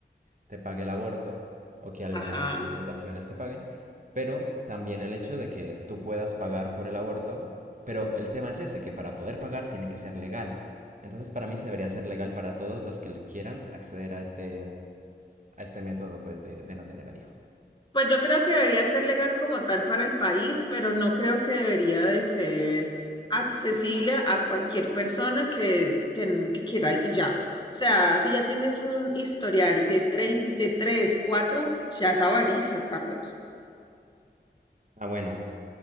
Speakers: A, on the right; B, on the left.
A: te pague el aborto o que algunas
B: Ajá.
A: fundaciones te paguen, pero también el hecho de que tú puedas pagar por el aborto, pero el tema es ese, que para poder pagar tiene que ser legal. Entonces para mí se debería ser legal para todos los que le- quieran acceder a este, a este método pues de, de no tener al hijo.
B: Pues yo creo que debería ser legal como tal para el país, pero no creo que debería de ser accesible a cualquier persona que, que, que quiera y ya. O sea, si ya tienes un historial de, trein- de 3, 4, ya es avaricia, Carlos.
A: Ah, bueno,